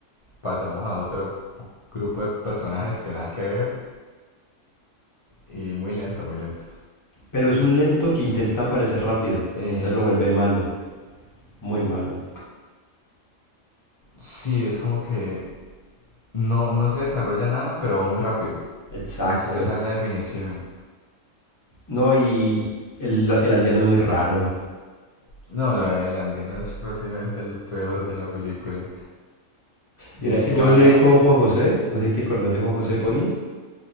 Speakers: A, on the left; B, on the left.
A: pasamos a otro grupo de personajes que nada que ver y muy lento, muy lento.
B: pero es un lento que intenta parecer rápido.
A: Eh,
B: Entonces lo vuelve malo, muy malo.
A: sí, es como que no, no se desarrolla nada, pero va muy rápido.
B: Exacto.
A: Es, esa es la definición.
B: No, y el, el aldeano es muy raro.
A: No, lo del aldeano es posiblemente lo peor de la película. Y
B: Mira
A: encima,
B: que yo hablé con Juan José, no sé si te acordás de Juan José
A: ¿sí?
B: Pony.